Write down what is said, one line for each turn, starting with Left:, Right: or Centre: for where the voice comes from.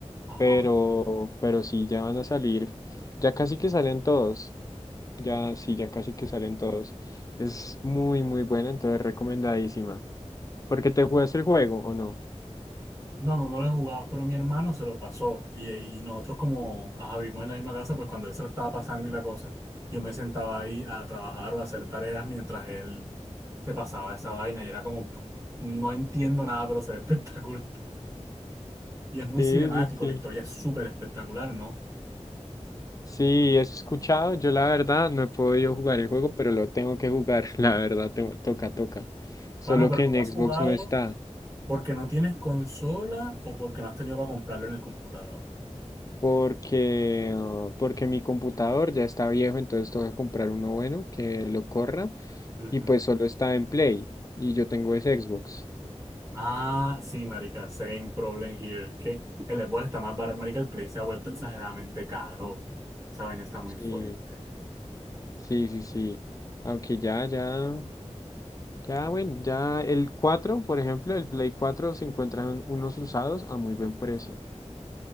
Right: Ajá.
Left: pero, pero sí, ya van a salir. Ya casi que salen todos. Ya, sí, ya casi que salen todos. Es muy, muy buena, entonces recomendadísima. Porque te jugaste el juego, ¿o no?
Right: No, no, no lo he jugado, pero mi hermano se lo pasó. Y, y nosotros como ajá, vivimos en la misma casa, pues cuando él se lo estaba pasando y la cosa, yo me sentaba ahí a trabajar o a hacer tareas mientras él se pasaba esa vaina. Y era como, no entiendo nada, pero se ve <laughs> espectacular. Y es muy
Left: Sí,
Right: cinemático,
Left: sí, sí.
Right: la historia es súper espectacular, ¿no?
Left: Sí, eso he escuchado. Yo la verdad no he podido jugar el juego, pero lo tengo que jugar. <laughs> La verdad, tengo- toca, toca. Solo
Right: Pana, pero
Left: que
Right: no
Left: en
Right: lo has
Left: Xbox
Right: jugado
Left: no está.
Right: porque no tienes consola o porque no has tenido para comprarlo en el computador.
Left: porque, ah, porque mi computador ya está viejo, entonces toca comprar uno bueno que lo corra
Right: Ujú.
Left: y pues solo está en Play y yo tengo es Xbox.
Right: Ah, sí, marica, same problem here. Es que el Xbox está más barato, marica, el Play se ha vuelto exageradamente caro. Esa vaina está muy
Left: Sí,
Right: fuerte.
Left: sí, sí, sí. Aunque ya, ya, ya, bueno, ya el 4 por ejemplo, el Play 4 se encuentran unos usados a muy buen precio.